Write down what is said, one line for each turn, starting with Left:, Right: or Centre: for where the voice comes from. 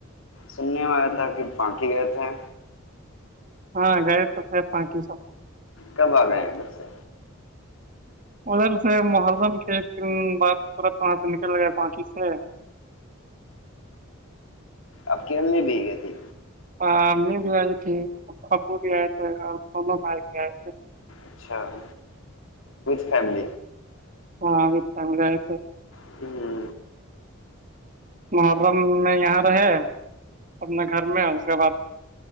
Left: سننے میں آیا تھا کہ پانک گئے تھے
Right: ہاں گئے تو تھ پچ سو
Left: کب آ گئے ہیں ادھر سے
Right: ادھر سے محرم کے ایک دن بعد ترت وہاں سے نکل گئے بااکی سے
Left: آپ کے ہم میں بھی گئے تھے
Right: امی بھی آئی تھی ابو بھی آئے تھے اور دونوں بھائی بھی آئے تھے
Left: اچھاتھ فم
Right: ہاں اب چگ جائے تھ
Left: <inaudible>
Right: محرم میں یہاں رہے اپنے گھر میں اس کے بعد